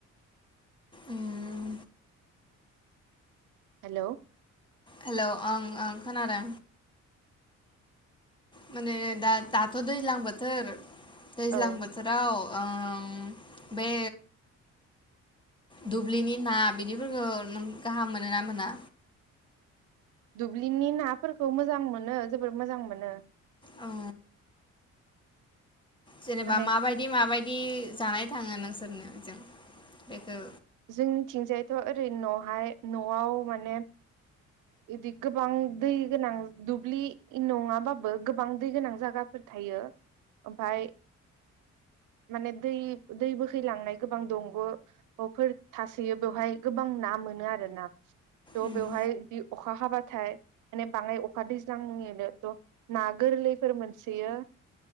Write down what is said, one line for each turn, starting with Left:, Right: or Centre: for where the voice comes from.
Left: उम
Right: हेलौ
Left: हेलौ ओं ओं खोनादों माने दा-दाथ दैज्लां बोथोर दैज्लां
Right: औ
Left: बोथोराव उम बे दुब्लिनि ना बिदिफोरखौ नों गाहाम मोनोना मोना?
Right: दुब्लिनि नाफोरखौ मोजां मोनो जोबोर मोजां मोनो
Left: औ जेनेबा
Right: माने
Left: माबायदि माबायदि बिदि जानाय थाङो नोंसोरनो जों बेखौ
Right: जोंनिथिंजायथ ओरै नहाय नआव माने बिदि गोबां दै गोनां दुब्लि नङाबाबो गोबां दै गोनां जायगाफोर थायो ओमफाय माने दै दै बोहैलांनाय गोबां दंग फोर थासोयो बेवहाय गोबां ना मोनो आरो ना थह
Left: उम
Right: बेवहाय बिदि अखा हाबाथाय माने बाङाय अखा दैज्लांनिनो थना गोरलैफोर मोनसयो